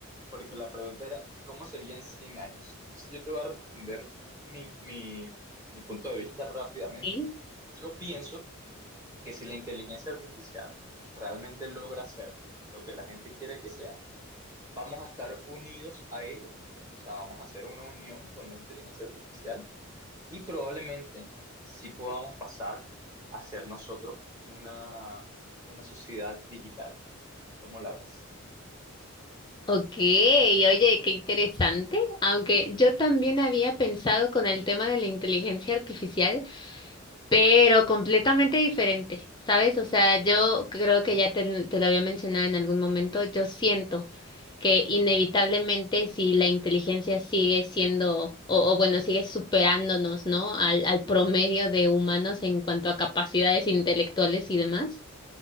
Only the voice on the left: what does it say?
Sí.
Ok, oye, qué interesante. Aunque yo también había pensado con el tema de la inteligencia artificial. pero completamente diferente, ¿sabes? O sea, yo creo que ya te, te lo había mencionado en algún momento, yo siento que inevitablemente si la inteligencia sigue siendo, o, o bueno, sigue superándonos, ¿no? Al, al promedio de humanos en cuanto a capacidades intelectuales y demás